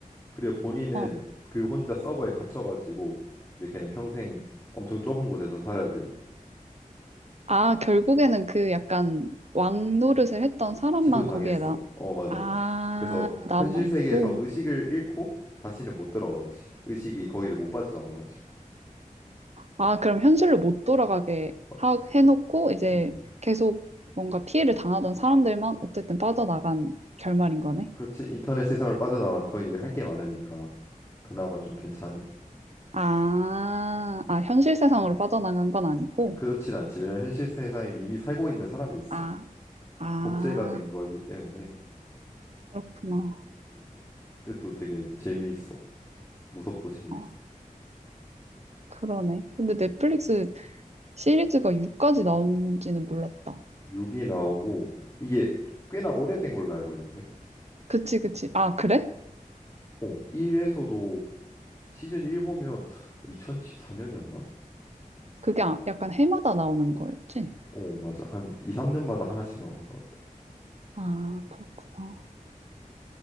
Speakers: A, on the left (about 20°); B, on the right (about 50°).
A: 그리고 본인은
B: 어.
A: 그 혼자 서버에 갇혀가지고 이제 걔는 평생 엄청 좁은 곳에서 살아야 되거든.
B: 아, 결국에는 그 약간 왕 노릇을 했던 사람만
A: 지도 당했어.
B: 거기에 나,
A: 어, 맞아.
B: 아,
A: 그래서
B: 남아있고.
A: 현실 세계에서 의식을 잃고 다시는 못 들어오지. 의식이 거기를 못 빠져나와가지고.
B: 아, 그럼 현실로 못 돌아가게
A: 어,
B: 하, 해놓고 이제
A: 음,
B: 계속 뭔가 피해를 당하던 사람들만 어쨌든 빠져나간 결말인 거네.
A: 그렇지. 인터넷 세상을 빠져나와서 거기 이제 할 게 많으니까 그나마 좀 괜찮은.
B: 아, 아, 현실 세상으로 빠져나간 건 아니고.
A: 그렇진 않지. 왜냐면 현실 세상에는 이미 살고 있는 사람이 있어.
B: 아, 아,
A: 복제가 된 거기 때문에.
B: 그렇구나.
A: 음, 이것도 되게 재미있어. 무섭고 재미있어
B: 어, 그러네. 근데 넷플릭스 시리즈가 6까지 나온지는 몰랐다.
A: 6이 나오고 이게 꽤나 오래된 걸로 알고 있는데.
B: 그치, 그치. 아, 그래?
A: 어, 1에서도 시즌 1 보면 2014년이었나?
B: 그게 아- 약간 해마다 나오는 거였지?
A: 어, 맞아. 한 2, 3년마다 하나씩 나오는 것 같아.
B: 아, 그렇구나.